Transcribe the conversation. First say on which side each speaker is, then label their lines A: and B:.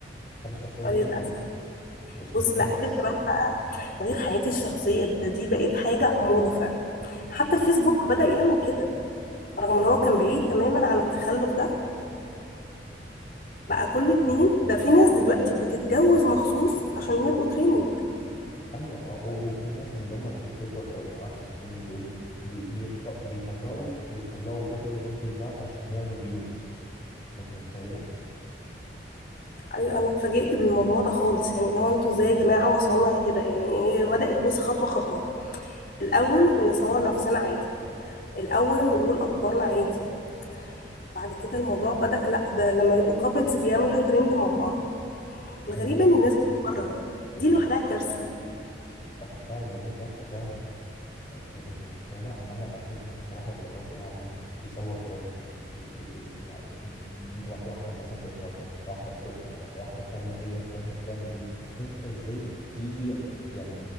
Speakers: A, on the left (about 25°); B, on the left (about 50°).
A: حياتي الشخصية دي
B: للاسف
A: ليا مش
B: بص
A: للناس
B: لا غير كمان بقى غير حياتي الشخصيه ده دي بقت حاجه موضه فعلا حتى الفيسبوك بدا يعمل كده رغم ان هو كان بعيد تماما عن التخلف ده بقى كل اتنين ده في ناس دلوقتي بتتجوز مخصوص عشان يبقوا ترند
A: ايوه اه و- وفي ناس من اللي هم التيك توكرز ولا ما اعرفش اسمهم ايه دول بي- بيط- بيطلقوا بيطلقوا ويروحوا يردوا لبعض عشان ياخدوا فيوز انت متخيله؟
B: ايوه انا اتفاجئت بالموضوع ده خالص يعني لو انتوا ازاي يا جماعه وصلنا لكده يعني هي بدات بص خطوه خطوه الاول نصور نفسنا عادي الاول نقول اخبارنا عادي بعد كده الموضوع بدا لا ده لما يبقوا كابلز بيعملوا ترند مع بعض الغريبه
A: اه
B: ان الناس بتتفرج دي لوحدها كارثه
A: اه فعلا والله كارثه فعلا انت انت متخيله ان انا اشوف مثلا واحد ومراته قاعدين بيصور مراته في ال- في في البيت يعني واحده مثلا بتنظف ولا واحده بتطبخ ولا واحده بتعمل ايا كان هي بتعمل ايه انت ازاي تيجي يعني